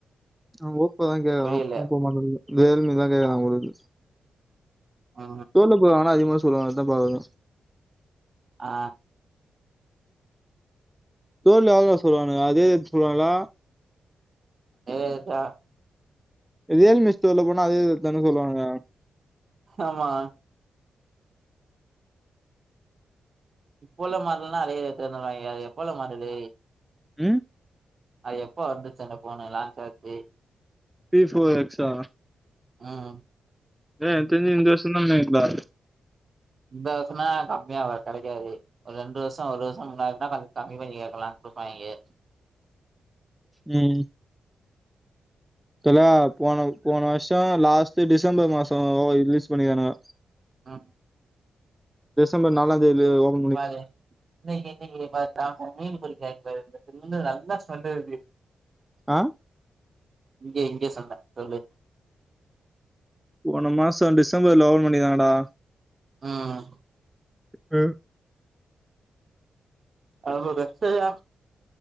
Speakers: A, in the centre; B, on the right.
A: அவே ஓ பி இப்பதா கேக்கறா
B: புரியல
A: முப்ப மண வே ரியல்மீ தா கேக்கறா போல இக்குது
B: ஆ
A: தெரில ப்ரோ ஆனா அதிகமா சொல்லுவாங்க இதா ப்ரோ அததா
B: ஆ
A: தோல்ல எவ்ளோ சொல்லுவானுங்க அதே ரேட் சொல்லுவாங்களா
B: எதேதா
A: ரியல்மி ஸ்டோர்ல போனா அதே ரேட்தான சொல்லுவானுங்க
B: ஆமா இப்ப உள்ள மாடல்னா அதே ரேட்டு தருவாங்க அது எப்ப உள்ள மாடலு
A: ம்
B: அது எப்போ வந்துச்சு அந்த ஃபோனு லான்ச் ஆச்சு
A: பி ஃபோர் எக்ஸ் ஆ
B: ம்
A: எனக் தெரிஞ்சு இந்த வருஷதா நெனக்கிற
B: இந்த வருசனா கம்மியா வரும் கெடைக்காது ஒரு ரெண்டு வருஷ ஒரு வருஷ முன்னாடின்னா கம்மி பண்ணி கேக்கலா குடுப்பாய்ங்க
A: ம் தல்லா போன போன வருஷ லாஸ்ட் டிசம்பர் மாசம் ரிலீஸ் பண்ணிருக்கான்ங்க
B: ஆ
A: டிசம்பர் நாலாம் தேதில ஓப
B: பாரு இன்னிக்கி இன்னிக்கி பாரு ராமு மீனு பொறிக்றாரு பாரு தின்னு நல்லா ஸ்மெல் வருது
A: ஆ
B: இங்க இங்க சண்ட சொல்லு
A: போன மாச டிசம்பர்ல ஓபன் பண்ணிருக்காங்கடா
B: ம்
A: ம்
B: அவ ரக்சய